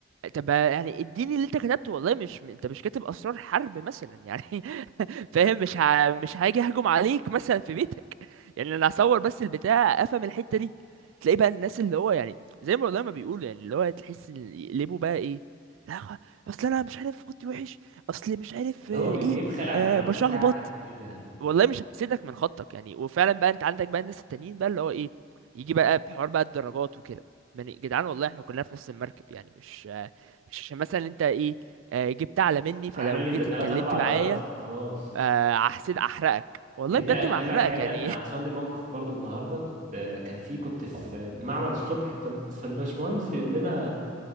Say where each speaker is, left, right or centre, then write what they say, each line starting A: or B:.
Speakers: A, on the right; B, on the right.
A: طب يعني اديني اللي انت كتبته والله مش انت مش كاتب اسرار حرب مثلا يعني <laughs> فاهم مش ه... مش هاجي اهجم عليك مثلا في بيتك يعني انا هصور بس البتاع افهم الحتة دي تلاقي بقى الناس اللي هو يعني زي ما والله ما بيقولوا يعني اللي هو تحس ان يقلبوا بقى ايه لا خ- اصل انا مش عارف خطي وحش اصل مش عارف
B: اللي
A: آه،
B: هو بي-
A: ايه
B: بيبخل على
A: أه
B: المعلومات
A: بشخبط
B: بتاعتك وكده
A: والله مش هحسدك من خطك يعني وفعلا بقى انت عندك بقى الناس التانيين بقى اللي هو ايه يجي بقى بحوار بقى الدرجات وكده يعني جدعان والله احنا كلنا في نفس المركب يعني مش آه، مش عشان مثلا انت ايه آه، جبت اعلى مني فلو
B: على بالي
A: جيت
B: ده 3
A: اتكلمت
B: 4
A: معايا
B: درجات فخلاص
A: آه، هحسد احرقك والله
B: يا ابني
A: بجد
B: اقول
A: ما احرقك
B: لك حاجه
A: يعني
B: انا
A: <laughs>
B: حصل لي موقف برضو النهارده كنت كان في كنت في معمل الصبح ف- فالباشمهندس بيقول لنا